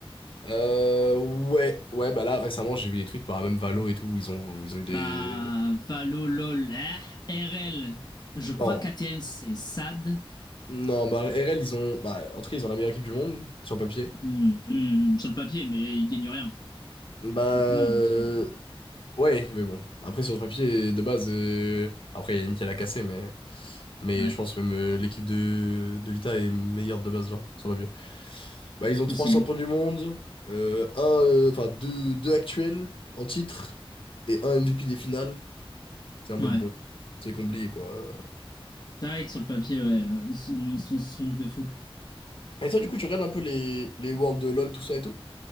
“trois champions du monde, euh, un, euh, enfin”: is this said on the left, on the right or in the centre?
Left